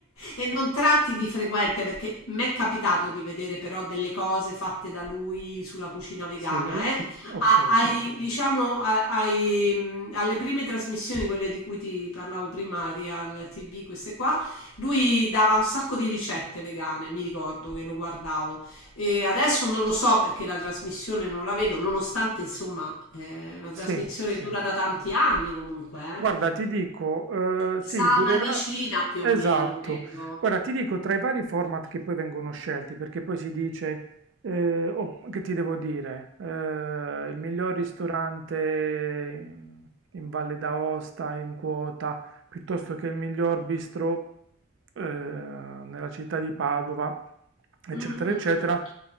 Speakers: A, on the left; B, on the right.
A: e non tratti di frequente, perché mi è capitato di vedere però delle cose fatte da lui sulla cucina vegana,
B: sì,
A: eh.
B: ok.
A: A- ai- diciamo, a- ai, mh, alle prime trasmissioni, quelle di cui ti parlavo prima, Real TV, queste qua, lui dava un sacco di ricette vegane, mi ricordo che lo guardavo e adesso non lo so perché la trasmissione non la vedo, nonostante insomma eh, una trasmissione
B: Sì, sì.
A: che dura da tanti anni comunque, eh.
B: Guarda, ti dico, eh,
A: Mi
B: sì,
A: sa
B: durerà.
A: una decina più
B: Esatto.
A: o meno, credo.
B: Guarda, ti dico tra i vari format che poi vengono scelti, perché poi si dice, eh, o- che ti devo dire, Eh, il miglior ristorante in, in Valle d'Aosta in quota, piuttosto che il miglior bistro, eh, nella città di Padova, eccetera,
A: Mm, mm,
B: eccetera.
A: mm.